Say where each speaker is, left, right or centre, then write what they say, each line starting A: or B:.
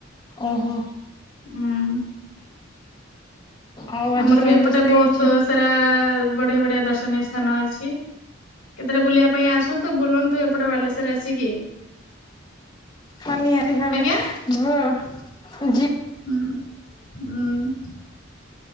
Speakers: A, on the left; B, on the left.
A: ଓହୋ
B: ଉୁଁ।
A: ଆଉ ଆଜି
B: ଆମର
A: କଣ
B: ବି ଏପଟେ
A: ରୋଷେଇ
B: ବହୁତୁ
A: ହେଇଛି?
B: ସେ <unintelligible> ବଢିଆ ବଢିଆ ଦର୍ଶନୀୟ ସ୍ଥାନ ଅଛି। କେତେଳେ ବୁଲିଆ ପାଇଁ ଆସନ୍ତୁ ବୁଲନ୍ତୁ ଏପଟେ ବାଲେଶ୍ଵର ଆସିକି।
A: ହଁ ନିହାତି ଭାବେ
B: ଆଜ୍ଞା
A: ମୁଁ ଯି
B: ହୁଁ ଉଁ।